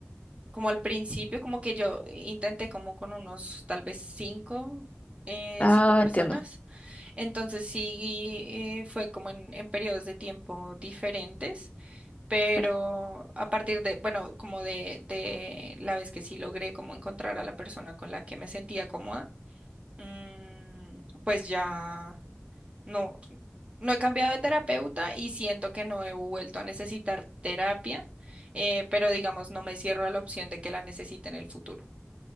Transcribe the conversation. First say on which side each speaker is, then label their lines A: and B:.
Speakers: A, on the right; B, on the left.
A: como al principio, como que yo intenté como con unos tal vez cinco, eh,
B: Ah,
A: cinco personas.
B: entiendo,
A: Entonces sí, eh, fue como en, en periodos de tiempo diferentes, pero
B: claro.
A: a partir de, bueno, como de, de la vez que sí logré como encontrar a la persona con la que me sentía cómoda, mm, pues ya. No, no he cambiado de terapeuta y siento que no he vuelto a necesitar terapia, eh, pero digamos, no me cierro a la opción de que la necesite en el futuro.